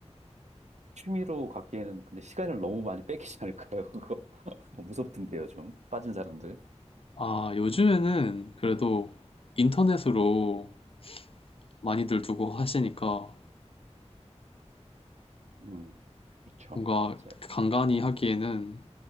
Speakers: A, on the right (about 80°); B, on the left (about 55°).
A: 취미로 갖기에는 근데 시간을 너무 많이 뺏기지 않을까요? 그거 <laughs> 무섭던데요, 좀 빠진 사람들.
B: 아, 요즘에는 그래도 인터넷으로 많이들 두고 하시니까
A: 음, 그렇죠,
B: 뭔가
A: 맞아요.
B: 간간히 하기에는